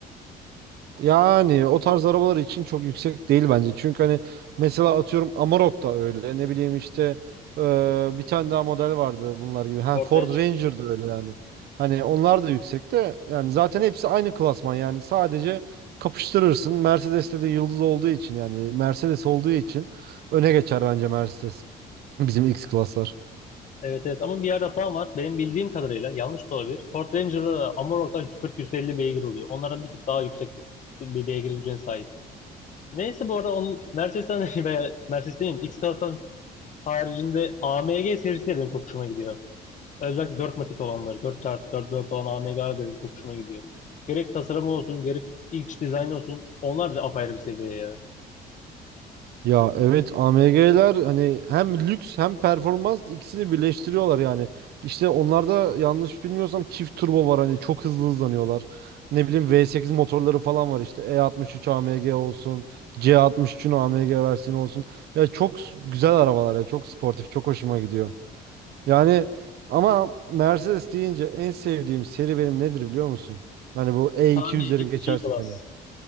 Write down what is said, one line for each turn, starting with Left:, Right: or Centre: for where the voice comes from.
Right: Yani o tarz arabalar için çok yüksek değil bence. Çünkü hani mesela atıyorum Amarok da öyle. Ne bileyim işte eee, bir tane daha model vardı bunlar gibi. Ha
Left: Ford
Right: Ford
Left: Ranger.
Right: Ranger da öyle yani. Hani onlar da yüksek de yani zaten hepsi aynı klasman yani sadece kapıştırırsın. Mercedes'te de yıldız olduğu için yani Mercedes olduğu için öne geçer bence Mercedes. Bizim X klaslar.
Left: Evet evet ama bir yerde hatam var. Benim bildiğim kadarıyla yanlış da olabilir. Ford Ranger'da Amarok'ta 140-150 beygir oluyor. Onların bir tık daha yüksek bir beygir gücüne sahip. Neyse bu arada onun Mercedes'ten <laughs> veya Mercedes demeyeyim X-Class'tan haricinde AMG serisi de benim çok hoşuma gidiyor. Özellikle 4 matik olanları, 4 dört dört olan AMG'ler de benim çok hoşuma gidiyor. Gerek tasarımı olsun, gerek iç dizaynı olsun onlar da apayrı bir seviye ya.
Right: Ya evet AMG'ler hani hem lüks hem performans ikisini birleştiriyorlar yani. İşte onlarda yanlış bilmiyorsam çift turbo var hani çok hızlı hızlanıyorlar. Ne bileyim V8 motorları falan var işte E63 AMG olsun, C63'ün AMG versiyonu olsun. Ya çok s- güzel arabalar ya çok sportif çok hoşuma gidiyor. Yani ama Mercedes deyince en sevdiğim seri benim nedir biliyor musun? Hani bu E200'leri
Left: Tahmin edeyim
Right: geçersek
Left: G-Class.
Right: hani